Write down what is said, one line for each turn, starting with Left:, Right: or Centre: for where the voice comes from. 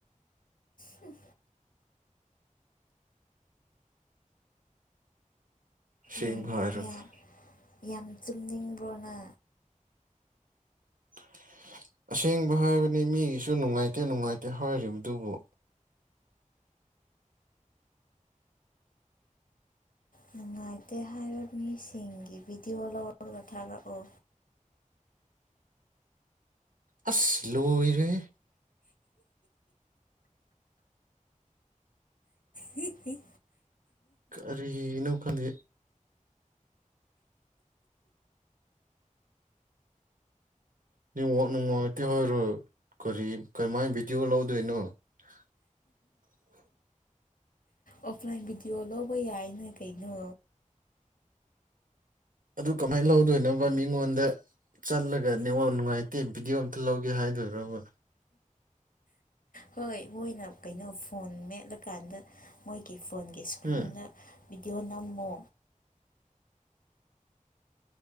Left: ꯍꯨꯝ
Right: ꯁꯦꯡꯕ
Left: ꯌꯥꯝ
Right: ꯍꯥꯏꯔꯒ
Left: ꯌꯥꯝ ꯌꯥꯝ ꯆꯨꯝꯅꯤꯡꯕ꯭ꯔꯣꯅ
Right: <unintelligible> ꯑꯁꯦꯡꯕ ꯍꯥꯏꯕꯅꯤ ꯃꯤꯒꯤꯁꯨ ꯅꯨꯡꯉꯥꯏꯇꯦ ꯅꯨꯡꯉꯥꯏꯇꯦ ꯍꯥꯏꯔꯤꯕꯗꯨꯕꯨ
Left: ꯅꯨꯡꯉꯥꯏꯇꯦ ꯍꯥꯏꯔ ꯃꯤꯁꯤꯡꯒꯤ ꯚꯤꯗꯤꯑꯣ ꯂꯧꯔꯒ ꯊꯥꯒꯠꯂꯣ
Right: <unintelligible> ꯑ꯭ꯁ ꯂꯣꯢꯔꯦꯍꯦ
Left: ꯍꯤꯍꯤ
Right: ꯀꯔꯤꯅꯣ ꯈꯪꯗꯦ ꯅꯦꯠꯋꯥ꯭ꯔꯛ ꯅꯨꯡꯉꯥꯏꯇꯦ ꯍꯣꯏꯔ ꯀꯔꯤ ꯀꯝꯃꯥꯏꯅ ꯚꯤꯗꯤꯑꯣ ꯂꯧꯗꯣꯏꯅꯣ <unintelligible>
Left: ꯑꯣ꯭ꯐꯂꯥ꯭ꯏꯟ ꯚꯤꯗꯤꯑꯣ ꯂꯧꯕ ꯌꯥꯏꯅ ꯀꯩꯅꯣ
Right: ꯑꯗꯨ ꯀꯃꯥꯏ ꯂꯧꯗꯣꯏꯅꯣꯕ ꯃꯤꯉꯣꯟꯗ ꯆꯠꯂꯒ ꯅꯦꯠꯋꯥ꯭ꯔꯛ ꯅꯨꯡꯉꯥꯏꯇꯦ ꯚꯤꯗꯤꯑꯣ ꯑꯝ ꯂꯧꯒꯦ ꯍꯥꯏꯗꯣꯏꯔꯣꯕ
Left: ꯍꯣꯏ ꯃꯣꯏꯅ ꯀꯩꯅꯣ ꯐꯣꯟ ꯃꯦꯠꯂꯀꯥꯟꯗ ꯃꯣꯏꯒꯤ ꯐꯣꯟꯒꯤ ꯁꯀ꯭ꯔꯤꯟꯗ
Right: ꯎꯝ
Left: ꯚꯤꯗꯤꯑꯣ ꯅꯝꯃꯣ